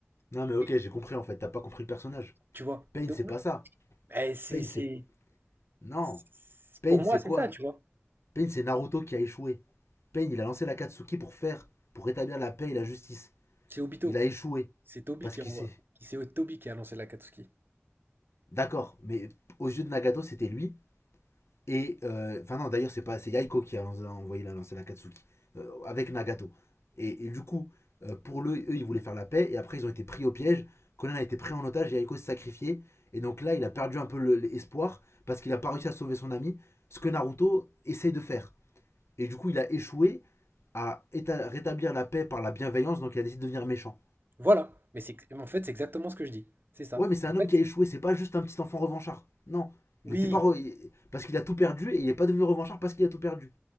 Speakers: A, on the left (about 75°); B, on the right (about 50°).
A: Non, mais ok,
B: Oui.
A: j'ai compris en fait, t'as pas compris le personnage.
B: Tu vois?
A: Pain,
B: Donc,
A: c'est pas ça.
B: eh, c'est,
A: Pain,
B: c'est-
A: c'est. Non.
B: c'est-
A: Pain,
B: pour
A: c'est
B: moi, c'est
A: quoi
B: ça, tu vois.
A: Pain, c'est Naruto qui a échoué. Pain, il a lancé la Katsuki pour faire, pour rétablir la paix et la justice.
B: C'est Obito.
A: Il a échoué.
B: C'est Toby
A: Parce
B: qui
A: qu'il
B: envoie.
A: s'est.
B: C'est Toby qui a lancé l'Akatsuki.
A: D'accord, mais aux yeux de Nagato, c'était lui. Et. euh, Enfin, euh, non, d'ailleurs, c'est pas. C'est Yaiko qui a, lancé- a envoyé la lancer la Katsuki. euh, avec Nagato. Et, et du coup, euh, pour le, eux, ils voulaient faire la paix. Et après, ils ont été pris au piège. Conan a été pris en otage. Yaiko s'est sacrifié. Et donc là, il a perdu un peu l'espoir. Parce qu'il a pas réussi à sauver son ami. Ce que Naruto essaye de faire. Et du coup, il a échoué à rétablir la paix par la bienveillance. Donc il a décidé de devenir méchant.
B: Voilà. Mais c'est en fait, c'est exactement ce que je dis. C'est ça.
A: Ouais, mais c'est un
B: En fait,
A: homme qui a échoué. C'est pas juste un petit enfant revanchard. Non.
B: oui,
A: Il était pas. re- Parce qu'il a tout perdu. Et il n'est pas devenu revanchard parce qu'il a tout perdu.